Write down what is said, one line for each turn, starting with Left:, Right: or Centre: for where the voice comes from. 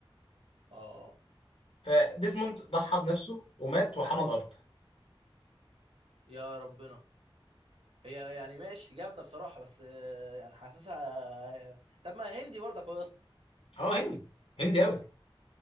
Right: اه
Left: فديزموند ضحى بنفسه ومات وحمى الأرض
Right: يا ربنا هي يعني ماشي جامده بصراحه بس آه، يعني حاسسها آه، طب ما هندي برضه كويس
Left: اه هندي هندي قوي